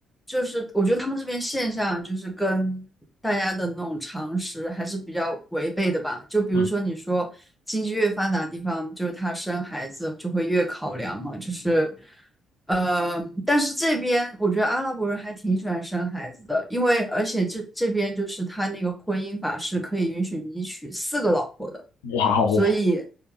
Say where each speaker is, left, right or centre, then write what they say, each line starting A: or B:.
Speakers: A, in the centre; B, on the left.
A: 就是我觉得他们这边现象就是跟大家的那种常识还是比较违背的吧。就比如说你说经济越发达的地方，
B: 嗯，
A: 就是他生孩子就会越考量嘛，就是呃，但是这边我觉得阿拉伯人还挺喜欢生孩子的，因为而且这这边就是他那个婚姻法是可以允许你娶四个老婆的。
B: 哇哦，
A: 所以。